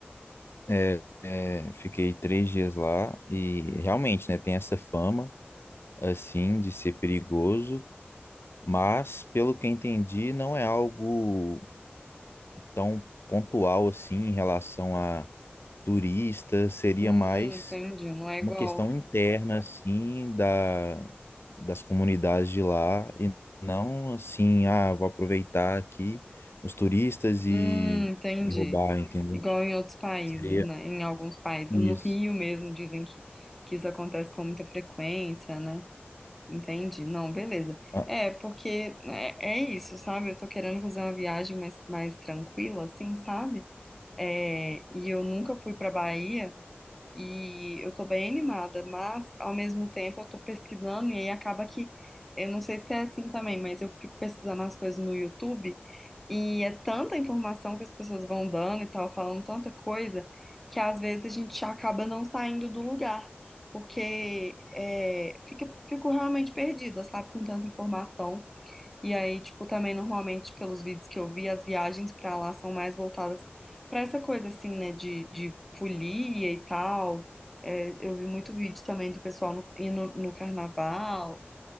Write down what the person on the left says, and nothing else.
É, é, fiquei três dias lá e realmente, né, tem essa fama, assim, de ser perigoso, mas, pelo que eu entendi, não é algo tão pontual assim em relação a turistas, seria
mais
uma questão interna assim da, das comunidades de lá e não assim, ah, vou aproveitar aqui os turistas e,
e roubar, entendeu?
Seria
isso.
Ah,